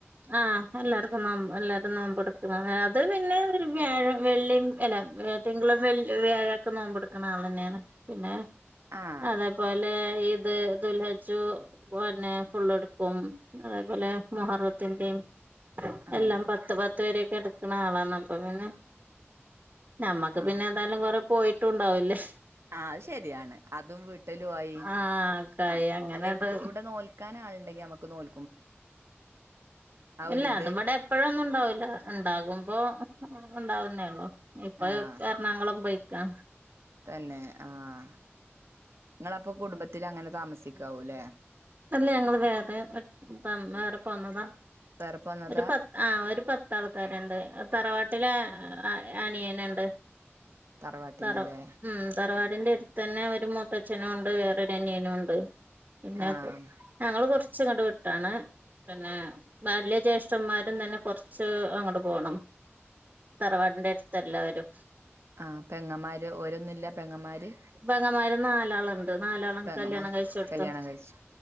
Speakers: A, on the right; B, on the right.
A: ആഹ് എല്ലാര്ക്കും നോമ്പ എല്ലാരും നോമ്പ്എട്ക്കും അത് പിന്നെ ഒര് വ്യാഴം വെള്ളിമ് അല്ല തിങ്കളും വെ വ്യാഴം ക്കെ നോമ്പ് എട്ക്ക്ണെ ആളെന്നേണ് പിന്നെ
B: ആഹ്
A: അതേ പോലെ ഈ ത് ദുൽഹജ്ജു പിന്നെ ഫുള്ള് എട്ക്കും അതേപോലെ മുഹറത്തിന്റീം
B: ആഹ്
A: എല്ലം പത്ത് പത്ത് വരെക്കെ എട്ക്കണ ആളാണ് അപ്പ പിന്നെ ഞമ്മക്ക്
B: ആഹ്
A: പിന്നെ എതായാലും കൊറെ പോയിട്ടുണ്ടാവില്ലേ
B: ആഹ് അത് ശെരിയാണ് അതും വീട്ടലു ആയി
A: ആഹ് കായി
B: ആഹ്
A: അങ്ങനെണ്ട്
B: അല്ലെ കൂടെ നോൽ ക്കാനാള്ണ്ടങ്കി നമ്മക്ക് നോൽ
A: അല്ല
B: ഒരിത്
A: അത് വടെ എപ്പഴൊന്നുണ്ടാവൂല ണ്ടാകുമ്പോ ഉണ്ടാവുന്നേള്ളു ഇപ്പത്
B: ആഹ്
A: എറണാകൊളം പോയ്ക്കാ.
B: തന്നെ ആഹ് ങ്ങളപ്പൊ കുട്ബത്തിലങ്ങനെ താമസിക്കാവൂലേ.
A: അല്ല ഞങ്ങള് വേറെ തമ് വേറെ പോന്നതാ
B: വേറെപ്പ വന്നതാ
A: ഒര് പത്ത് ആഹ് ഒര് പത്താൾക്കാര്ണ്ട് തറവാ ട്ടില അനിയന്ണ്ട്
B: തറവാട്ടില്ല്ലേ
A: തറ മ് തറവാടിന്റെര് തന്നെ ഒര് മൂത്തച്ഛനൂണ്ട് വേറൊര് അനിയനൂണ്ട്. പിന്നെ
B: ആഹ്
A: ഞങ്ങള് കൊർച്ച്ങ്ങട്ട് വിട്ടാണ്. പിന്നെ ബാല്ല്യേ ജ്യേഷ്ഠന്മാരും തന്നെ കൊർച്ച് അങ്ങട്ട് പോണം. തറവാടിന്റെ എട്ത്തല്ലവരും.
B: ആഹ് പെങ്ങന്മാര് ഓരൊന്നുല്ല പെങ്ങന്മാര്
A: പെങ്ങമാര് നാലാള്ണ്ട്. നാലാളും
B: പെങ്ങന്മാര്
A: കല്യാണം കഴിച്ചോട്ത്താ.
B: കല്യാണം കഴിച്ചു